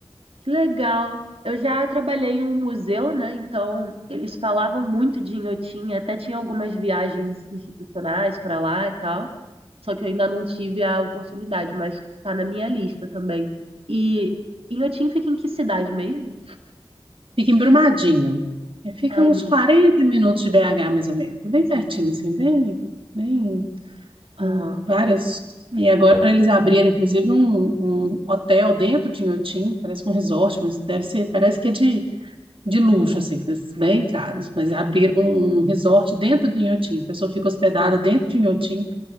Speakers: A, on the right (about 80°); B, on the right (about 65°).
A: Que legal. Eu já trabalhei em um museu, né? Então, eles falavam muito de Inhotim, até tinha algumas viagens institucionais para lá e tal. Só que eu ainda não tive a oportunidade, mas tá na minha lista também. E Inhotim fica em que cidade mesmo?
B: Fica em Brumadinho. É, fica
A: Ah,
B: uns
A: em Brumadinho,
B: 40 minutos de BH, mais ou menos. É Bem
A: sim.
B: pertinho, assim, bem, bem,
A: Aham.
B: com vários. E agora eles abriram, inclusive, um, um hotel dentro de Inhotim, parece que é um resort, mas deve ser, parece que é de, de luxo, assim, desses bem caros.
A: Hum.
B: Mas abriram um resort dentro do Inhotim, a pessoa fica hospedada dentro de Inhotim,